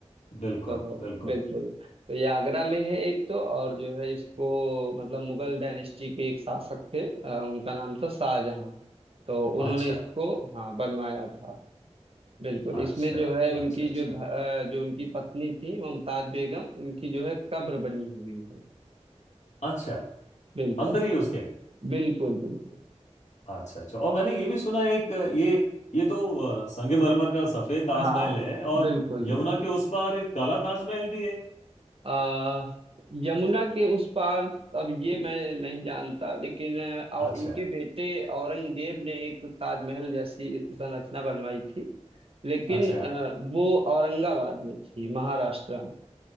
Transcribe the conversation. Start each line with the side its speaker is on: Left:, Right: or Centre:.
Left: बिल्कुल
Right: हाँ
Left: बिल्कुल
Right: बिल्कुल तो ये आगरा में है एक तो और जो है इसको मतलब मुगल डायनेस्टी के एक शासक थे अ, उनका नाम था शाहजहां तो उन्होंने
Left: अच्छा
Right: इसको हाँ बनवाया था बिल्कुल
Left: अच्छा
Right: इसमें जो है उनकी
Left: अच्छा अच्छा
Right: जो ध- अ, जो उनकी पत्नी थी मुमताज बेगम उनकी जो है कब्र बनी हुई है
Left: अच्छा
Right: बिल्कुल
Left: अंदर ही उसके
Right: बिल्कुल बिल्कुल
Left: अच्छा अच्छा और मैंने ये भी सुना एक अ, ये ये तो अ, संगमरमर का सफेद ताजमहल
Right: हाँ
Left: है और
Right: बिल्कुल
Left: यमुना
Right: बिल्कुल
Left: के उस पार एक काला ताजमहल भी है
Right: आ, यमुना के उस पार अब ये मैं नहीं जानता लेकिन और
Left: अच्छा
Right: इनके बेटे औरंगजेब ने एक ताजमहल जैसी संरचना बनवाई थी लेकिन
Left: अच्छा
Right: अ, वो औरंगाबाद में थी महाराष्ट्र में